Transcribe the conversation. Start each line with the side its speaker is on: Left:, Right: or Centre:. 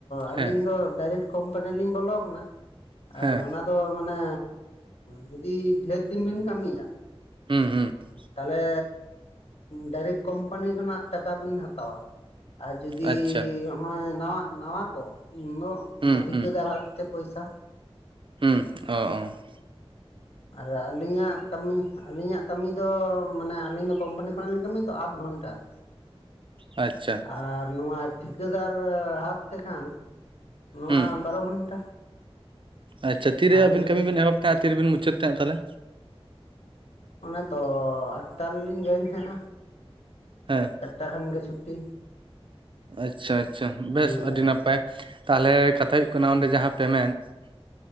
Left: ᱟᱹᱞᱤᱧ
Right: ᱦᱮᱸ
Left: ᱫᱚ, ᱰᱟᱭᱨᱮᱠᱴ ᱠᱳᱢᱯᱟᱱᱤ ᱞᱤᱧ ᱵᱚᱞᱚ ᱟᱠᱟᱱᱟ ᱾ ᱟᱨ
Right: ᱦᱮᱸ
Left: ᱚᱱᱟ ᱫᱚ ᱟᱫᱚ ᱢᱟᱱᱮ, ᱡᱩᱫᱤ ᱰᱷᱮᱨ ᱫᱤᱱ ᱵᱤᱱ ᱠᱟᱹᱢᱤᱭᱟ
Right: ᱦᱩᱸ ᱦᱩᱸ ᱾
Left: ᱛᱟᱦᱞᱮ, ᱰᱟᱭᱨᱮᱠᱴ ᱠᱚᱢᱯᱟᱱᱤ ᱠᱷᱚᱱᱟᱜ ᱴᱟᱠᱟ ᱵᱤᱱ ᱦᱟᱛᱟᱣᱟ ᱾ ᱟᱨ ᱡᱩᱫᱤ,
Right: ᱟᱪᱪᱷᱟ
Left: ᱦᱚᱜ ᱚᱭ ᱱᱟᱣᱟ, ᱱᱟᱣᱟ ᱠᱚ, ᱤᱱᱫᱚ
Right: ᱦᱩᱸ
Left: ᱚᱱᱟ ᱴᱷᱤᱠᱟᱹᱫᱟᱨᱟᱜ
Right: ᱦᱩᱸ
Left: ᱛᱮ ᱯᱚᱭᱥᱟ ᱾
Right: ᱦᱩᱸ, ᱚᱼ ᱚ ᱾
Left: ᱟᱨ ᱟᱹᱞᱤᱧᱟᱜ ᱠᱟᱹᱢᱤ, ᱟᱹᱞᱤᱧᱟᱜ ᱠᱟᱹᱢᱤ ᱫᱚ, ᱢᱟᱱᱮ ᱟᱹᱞᱤᱧ ᱫᱚ ᱠᱩᱢᱯᱟᱱᱤ ᱠᱷᱚᱱᱟᱜ ᱞᱤᱧ ᱠᱟᱹᱢᱤ ᱛᱚ, ᱟᱫᱷ ᱜᱷᱚᱱᱴᱟ ᱾
Right: ᱟᱪᱪᱷᱟ ᱾
Left: ᱟᱨ ᱱᱚᱣᱟ ᱴᱷᱤᱠᱟᱹᱫᱟᱨ ᱦᱟᱛᱷ ᱛᱮᱠᱷᱟᱱ ᱱᱚᱣᱟ
Right: ᱦᱩᱸ
Left: ᱵᱟᱨᱚ ᱜᱷᱚᱱᱴᱟ᱾
Right: ᱟᱪᱪᱷᱟ ᱛᱤᱨᱮ
Left: ᱟᱹᱞᱤᱧ
Right: ᱟᱵᱤᱱ
Left: ᱫᱚ
Right: ᱠᱟᱹᱢᱤ ᱵᱤᱱ ᱮᱦᱚᱵᱽ ᱛᱟᱦᱮᱸᱫ ᱟᱨ ᱛᱤᱨᱮᱵᱤᱱ ᱢᱩᱪᱟᱹᱫ ᱛᱟᱦᱮᱸᱫ ᱛᱟᱞᱦᱮ
Left: ᱚᱱᱮ ᱛᱚ ᱟᱴᱴᱟ ᱞᱤᱧ ᱡᱚᱭᱮᱱ ᱛᱟᱦᱮᱸ ᱟ᱾
Right: ᱦᱮᱸ
Left: ᱪᱟᱨᱴᱟ ᱠᱷᱟᱱ ᱜᱮ ᱪᱷᱩᱴᱤ
Right: ᱟᱪᱪᱷᱟ ᱟᱪᱪᱷᱟ ᱵᱮᱥ
Left: ᱚᱱᱠᱟ
Right: ᱟᱹᱰᱤ ᱱᱟᱯᱟᱭ ᱛᱟᱞᱦᱮ ᱠᱟᱛᱷᱟ ᱦᱩᱭᱩᱜ ᱠᱟᱱᱟ
Left: ᱦᱮᱸ
Right: ᱚᱸᱰᱮ ᱡᱟᱦᱟᱸ ᱯᱮᱢᱮᱱᱴ